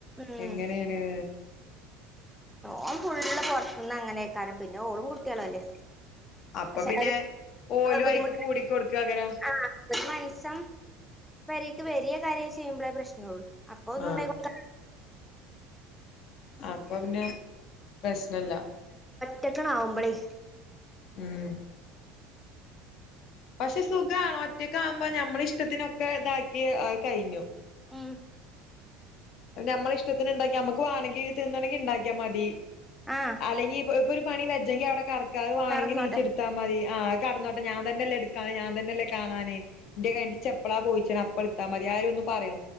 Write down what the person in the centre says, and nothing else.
ഉം
ഓൻ ഫുള്ളും പുറത്തന്ന് അങ്ങനെയൊക്കാരും പിന്നെ ഓളും കുട്ടികള അല്ലേ-
പക്ഷെ
ബുദ്ധിമുട്ട
ആ ഒരു മസം- വരെക്ക് വരിയ കാര്യമം ചെയ്യുമ്പോളേ പ്രശ്നമള്ളു അപ്പൊ ഒന്നും
ഉണ്ടായികൂടാ-
ഒറ്റെക്കണ ആാവുമ്പളേ-
ഉം
ആ
കടന്നോട്ടെ